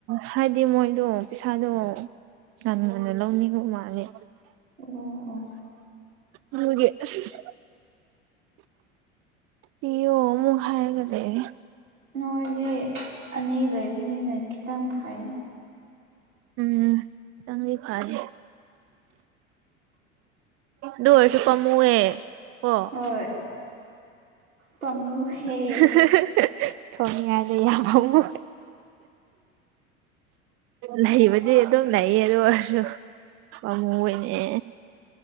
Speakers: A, on the right (about 35°); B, on the right (about 85°).
A: ꯍꯥꯏꯗꯤ ꯃꯣꯏꯗꯣ ꯄꯩꯁꯥꯗꯣ ꯉꯟꯅ ꯉꯟꯅ ꯂꯧꯅꯤꯡꯉꯨ ꯃꯥꯜꯂꯦ
B: ꯑꯣ ꯑꯣ꯫
A: ꯑꯗꯨꯒꯤ ꯑꯁ꯫ ꯄꯤ ꯑꯣ ꯃꯨꯛ ꯍꯥꯏꯔꯒ ꯂꯩꯌꯦ꯫
B: ꯃꯣꯏꯗꯤ ꯑꯅꯤ ꯂꯩꯕꯅꯤꯅ ꯈꯤꯇꯪ ꯐꯩ
A: ꯎꯝ ꯈꯤꯇꯪꯗꯤ ꯐꯔꯦ꯫ ꯗꯔꯁꯨ ꯀꯃꯨꯋꯦ ꯑꯣ
B: ꯍꯣꯏ ꯄꯥꯝꯃꯨꯍꯦ
A: <unintelligible> ꯊꯣꯡꯅꯤꯡꯉꯥꯏꯗ ꯌꯥꯝ ꯐꯥꯎꯉꯨ ꯂꯩꯕꯗꯤ ꯑꯗꯨꯝ ꯂꯩꯌꯦ ꯑꯗꯨ ꯑꯣꯏꯔꯁꯨ ꯄꯥꯃꯨꯕꯩꯅꯦ꯫